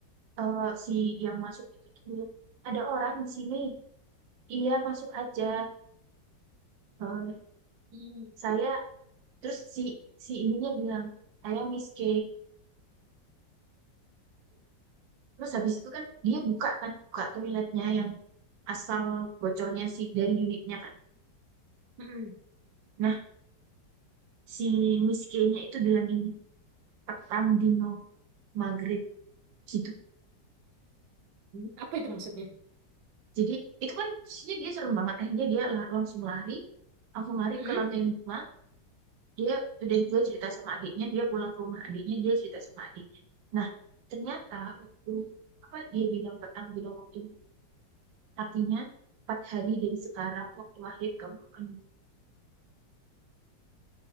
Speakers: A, on the right; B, on the right.
A: eh, si yang masuk itu tuh bilang, ada orang di sini. Iya, masuk aja. Eh,
B: Hmm.
A: saya terus si si ininya bilang, saya Miss K. Terus habis itu kan dia buka kan, buka toiletnya
B: Oh,
A: yang asal bocornya si dari unitnya kan.
B: hmm.
A: Nah, si Miss K-nya itu bilang gini, petang dino maghrib gitu.
B: Hmm. Apa itu maksudnya?
A: Jadi itu kan posisinya dia serem banget. Akhirnya dia la- langsung lari, langsung lari
B: Hmm.
A: ke lantai lima dia udah dia cerita sama adiknya dia pulang ke rumah adiknya dia cerita sama adiknya nah ternyata waktu apa dia bilang petang bilang waktu artinya empat hari dari sekarang waktu maghrib kamu akan